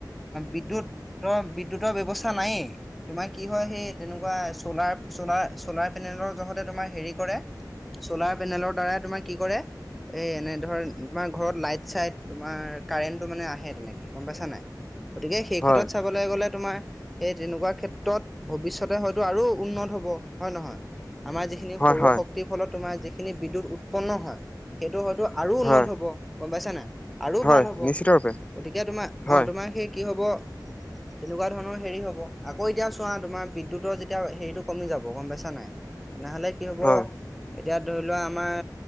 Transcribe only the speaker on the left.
হয়,
হয়,
হয়,
হয়,
হয়,
নিশ্চিতৰূপে,
হয়,
হয়,